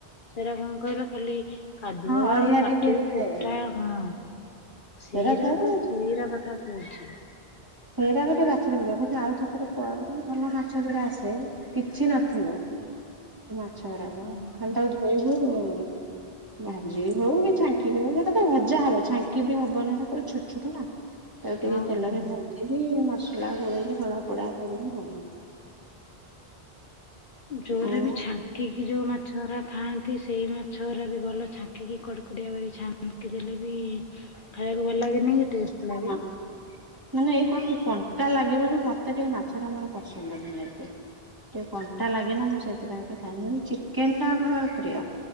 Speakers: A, on the left; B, on the right.
A: ସେରା କଣ କହିଲ ଖାଲି କାଦୁଅ
B: ହଁ ଅଳିଆ
A: କାଠି
B: ଟିକେ ଥାଏ
A: କୁଟା ହଁ। ସେଇରା
B: ସେରା ଖାଇବ
A: ତ ସେଇରା କଥା କହୁଛି।
B: ସେଇରା ଖାଲି ବାଛିତେ ପଡିବ କିନ୍ତୁ ଆଉ ଥରେ ଥରେ ପା ମାନେ ଭଲ ମାଛ ଧରା ଆସ ସେ କିଛି ନଥିବ ସେ ମାଛ ଗରାକ
A: ଓହୋ,
B: ଖାଲି ତାକୁ ନେଇଯିବା ହଉ ଭାଜି ହଉ କି ଛାଙ୍କି ହୋଉ ସେଟା ତ ଭଜା ହବ ଛାଙ୍କ କି ବି ହବନା ହେରା ପୁରା ଛୋଟ ଛୋଟ ନା ତାକୁ
A: ହଁ
B: ଟିକେ ତେଲରେ
A: ହଁ।
B: ଭାଜିକି ମସଲା ସେଇ ଗୁଡ଼ା ନଳ ପୋଡା କରିବୁ ଆଉ।
A: ଜୋରେ
B: ଆଉ
A: ବି ଛା କି ଯୋଉ ମାଛଗୁରା ଖାଆନ୍ତି ସେଇ ମାଛ ଗୁରା ବି ଭଲ ଛାଙ୍କିକି କଡ଼କଡିଆ କରି ଛା ଦେଲେ ବି ଖାଇବାକୁ ଭଲ ଲାଗେନି ଟେଷ୍ଟ ଲାଗେ।
B: ହଁ ମାନେ ଏଇ କଣ କଣ୍ଟା ଲାଗେ ବୋଲି ମତେ ଟିକେ ମାଛ ଟା ମୋର ପସନ୍ଦ ନୁହେଁ ଏତେ। ଟିକେ କଣ୍ଟା ଲାଗେ ନା ମୁଁ ସେଥିପାଇଁ ଏତେ ଖାଏନି କିନ୍ତୁ ଚିକେନ ଟା ମୋର ପ୍ରିୟ।